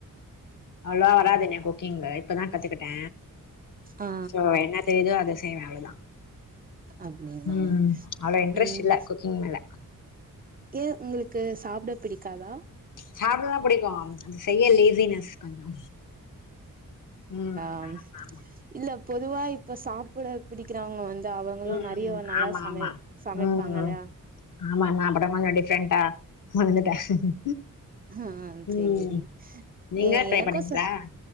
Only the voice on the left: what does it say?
அவ்ள்வா வராதுங்க குக்கிங்க்கு இப்பதா கத்துக்கிட்ட
சோ என்ன தெரிதோ அத செய்வ அவ்ளதா
ம் அவ்ளோ இன்ட்ரெஸ்ட்
இல்ல குக்கிங் மேல
சாப்டலா புடிக்கு அது செய்ய லேசினஸ் கொஞ்சோ ம்
ஆமா ஆமா
ம்
ஆமா
ஆமா
ம் ஆமா நா படமாங்க டிஃப்ரெண்ட்டா மளத்துட்ட
ம் நீங்க
ட்ரை
பண்ணீங்ளா